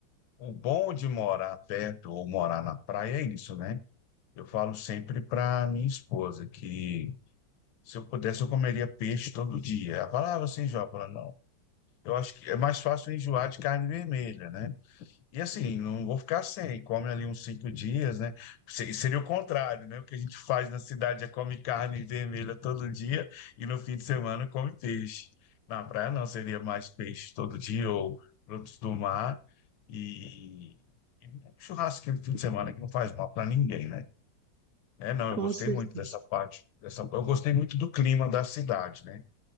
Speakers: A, on the left; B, on the right.
A: O bom de morar perto ou morar na praia é isso, né? Eu falo sempre para minha esposa que se eu pudesse eu comeria peixe todo dia. Ela fala, ah, você enjoa? Eu falo, não. Eu acho que é mais fácil eu enjoar de carne vermelha, né? E assim, não vou ficar sem, come ali uns cinco dias, né? Se- Seria o contrário, né? O que a gente faz na cidade é come carne vermelha todo dia e no fim de semana come peixe. Na praia não, seria mais peixe todo dia ou frutos do mar e, e um churrasquinho no fim de semana que não faz mal para ninguém, né? É, não,
B: <laughs> com
A: eu gostei
B: certeza.
A: muito dessa parte, dessa, eu gostei muito do clima da cidade, né?